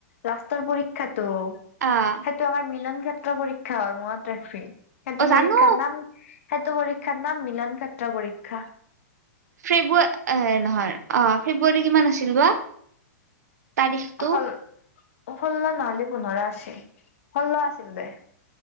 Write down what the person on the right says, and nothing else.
আহ
অ জানো
ফেব্ৰুৱাৰ নহয় অ ফেব্ৰুৱাৰী কিমান আছিল বা তাৰিখটো